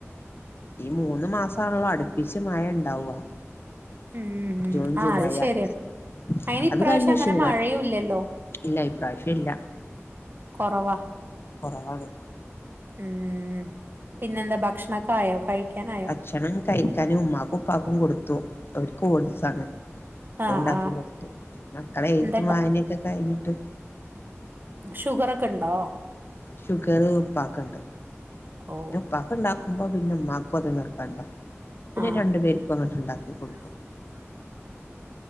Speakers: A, on the left; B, on the right.
A: ഈ മൂന്ന് മാസാണല്ലോ അട് പിച്ചു മഴ ഉണ്ടാവ
B: ഉം ഉം
A: ജൂൺ, ജൂലൈ,
B: ആ അത് ശരിയാണ്
A: ആഗസ്റ്റ്
B: അയിന് ഇപ്രാവശ്യം
A: അത് കഴിഞ്ഞാ
B: അങ്ങനെ
A: ഷൂ
B: മഴയുല്ലല്ലോ
A: വേണം. ഇല്ല ഇപ്രാവശ്യം ഇല്ല
B: കുറവാ
A: കുറവാണ്
B: ഉം പിന്നെന്താ ഭക്ഷണൊക്കെ ആയോ? കഴിക്കാനായോ?
A: ഭക്ഷണം കഴിക്കാനും ഉമ്മക്കും, ഉപ്പക്കും കൊടുത്തു. അവർക്ക് ഓട്സാണ്. അത്ണ്ടാക്കി
B: ആ ആ
A: കൊടുത്ത് മക്കളെ എഴുതും
B: എന്താ
A: വായനൊക്കെ കഴിഞ്ഞിട്ട്.
B: ഷുഗറൊക്കെ ഉണ്ടോ?
A: ഷുഗർ ഉപ്പാക്ക്ണ്ട്.
B: ഓ
A: ൻ്റെ ഉപ്പ ക്ക് ഉണ്ടാക്കുമ്പോ പിന്നെ ഉമ്മാക്കും അതു നിർബന്ധ. പിന്നെ
B: ആ
A: രണ്ടു പേർക്കും അങ്ങോട്ട് ഉണ്ടാക്കി കൊടുക്കും.